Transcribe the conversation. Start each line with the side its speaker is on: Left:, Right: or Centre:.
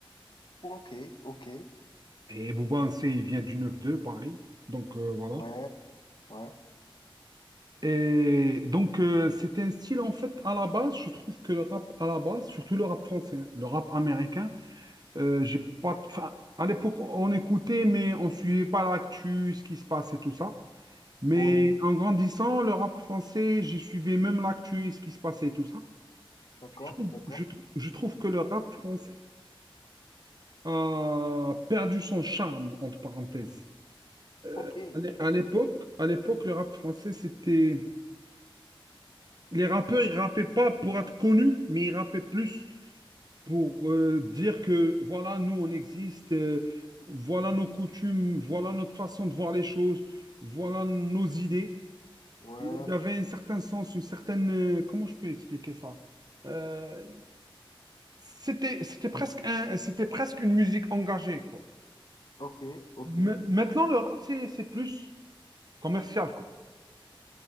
Left: ok, ok,
Right: Et Booba, on sait, il vient du 9-2, Paris. Donc, euh, voilà.
Left: ouais, ouais,
Right: Et donc, euh, c'était un style, en fait, à la base, je trouve que le rap, à la base, surtout le rap français, hein, le rap américain, euh, j'ai pas... Enfin, à l'époque, on écoutait, mais on suivait pas l'actu, ce qui se passe et tout ça. Mais
Left: ouais,
Right: en grandissant, le rap français, j'ai suivi même l'actu et ce qui se passait et tout ça.
Left: d'accord,
Right: Je trouve,
Left: d'accord.
Right: je trou- je trouve que le rap français a perdu son charme, entre parenthèses. Euh,
Left: Ok,
Right: à l'é-
Left: ok,
Right: à l'époque, à l'époque, le rap français, c'était... Les rappeurs, ils rappaient pas pour être connus, mais ils rappaient plus pour euh, dire que, voilà, nous, on existe, euh, voilà nos coutumes, voilà notre façon de voir les choses, voilà nos idées.
Left: ouais,
Right: Il y avait un certain sens, une certaine... euh, comment je peux expliquer ça? Euh, c'était c'était presque un, c'était presque une musique engagée, quoi.
Left: ok, ok.
Right: Ma- maintenant, le rap, c'est c'est plus commercial, quoi.